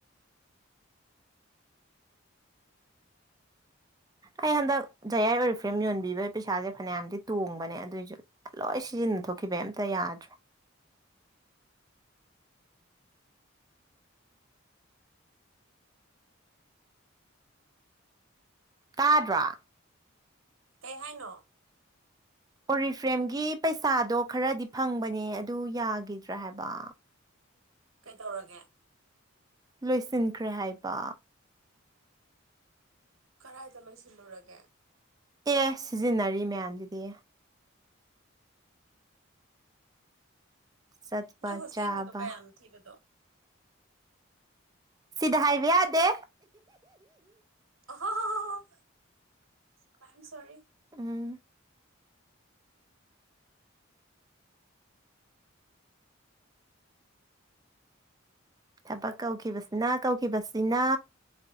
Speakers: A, on the right; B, on the right.
A: ꯑꯩ ꯍꯟꯗꯛ ꯖꯌꯥꯏ ꯑꯣꯏꯔꯤ ꯐ꯭ꯔꯦꯝ ꯌꯣꯟꯕꯤꯕꯒꯤ ꯄꯩꯁꯥꯁꯦ ꯐꯅꯌꯥꯝꯗꯤ ꯇꯣꯡꯕꯅꯦ ꯑꯗꯨꯏꯁꯨ ꯂꯣꯏ ꯁꯤꯖꯤꯟꯅꯩ ꯊꯣꯛꯈꯤꯕ ꯑꯝꯇ ꯌꯥꯗ꯭ꯔꯦ
B: ꯑ
A: ꯇꯥꯗ꯭ꯔꯥ
B: ꯀꯩ ꯍꯥꯏꯅꯣ
A: ꯑꯣꯔꯤꯐ꯭ꯔꯦꯝꯒꯤ ꯄꯩꯁꯥꯗꯣ ꯈꯔꯗꯤ ꯐꯪꯕꯅꯦ ꯑꯗꯨ ꯌꯥꯒꯤꯗ꯭ꯔꯥ ꯍꯥꯏꯕ
B: ꯀꯩ ꯇꯧꯔꯒꯦ
A: ꯂꯣꯏꯁꯤꯟꯈ꯭ꯔꯦ ꯍꯥꯏꯕ
B: ꯀꯗꯥꯏꯗ ꯂꯣꯏꯁꯤꯜꯂꯨꯔꯒꯦ
A: ꯑꯦ ꯁꯤꯖꯤꯟꯅꯔꯤ ꯃꯌꯥꯝꯁꯤꯗꯤ ꯆꯠꯄ
B: ꯅꯪ ꯍꯣꯁꯇꯦꯜꯒꯤꯗꯣ
A: ꯆꯥꯕ
B: ꯀꯌꯥꯅꯣ ꯊꯤꯕꯗꯣ
A: ꯁꯤꯗ ꯍꯥꯏꯕ ꯌꯥꯗꯦ
B: ꯍ ꯃ ꯁꯣꯔꯤ
A: ꯎꯝ ꯊꯕꯛ ꯀꯧꯈꯤꯕꯁꯤꯅ ꯀꯧꯈꯤꯕꯁꯤꯅ